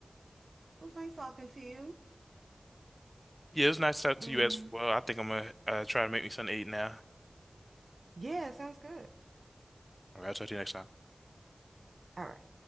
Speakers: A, on the right (about 80°); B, in the centre.
A: it was nice talking to you.
B: Yeah, it was nice to talk
A: And
B: to you as well. I think I'm gonna uh, try to make me something to eat now.
A: yeah, sounds good.
B: All right, I'll talk to you next time.
A: All right.